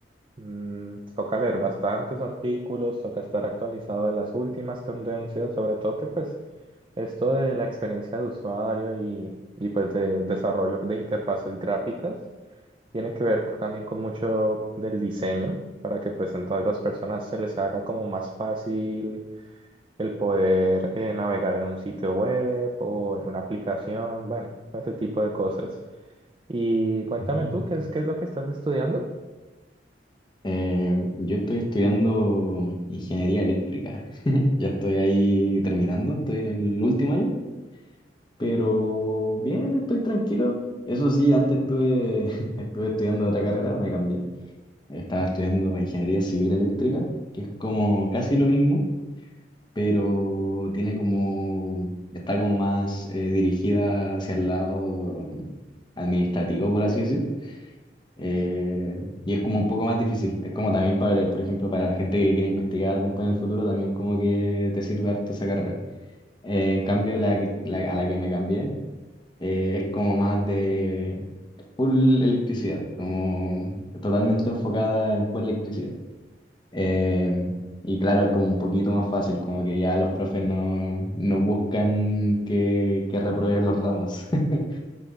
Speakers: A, on the right; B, on the left.
A: mm, toca leer bastantes artículos, toca estar actualizado de las últimas tendencias, sobre todo que pues esto de la experiencia de usuario y, y pues de desarrollo de interfaces gráficas tiene que ver también con mucho del diseño, para que pues entonces las personas se les haga como más fácil el poder eh, navegar en un sitio web o en una aplicación, bueno, ese tipo de cosas. Y cuéntame
B: Mm.
A: tú, ¿qué es, qué es lo que estás estudiando?
B: Eh, yo estoy estudiando ingeniería eléctrica. <laughs> Ya estoy ahí terminando, estoy en el último año, pero bien, estoy tranquilo. Eso sí, antes estuve, <laughs> estuve estudiando otra carrera, me cambié. Estaba estudiando ingeniería civil eléctrica, que es como casi lo mismo, pero tiene como, está como más eh, dirigida hacia el lado administrativo, por así decir. Eh, y es como un poco más difícil. Es como también para, por ejemplo, para la gente que quiere investigar después en el futuro, también como que te sirve harto esa carrera. Eh, en cambio, la que, la- a la que me cambié eh, es como más de full electricidad, como totalmente enfocada en pura electricidad. Eh, y claro, es como un poquito más fácil, como que ya los profes no, no buscan que, que repruebes los ramos. <laughs>